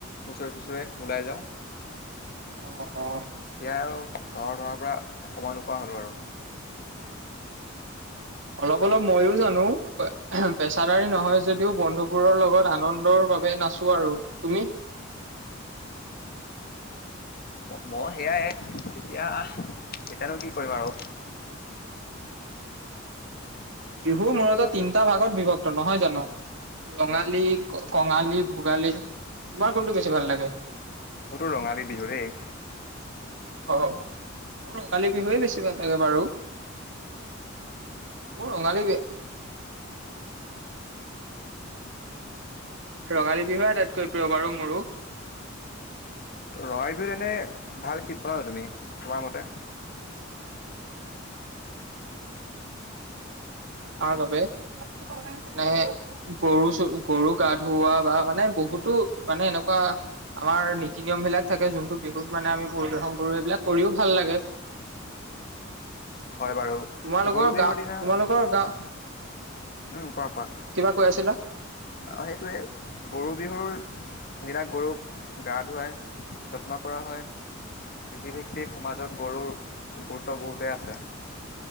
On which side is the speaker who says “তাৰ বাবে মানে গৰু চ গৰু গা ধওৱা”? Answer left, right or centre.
Right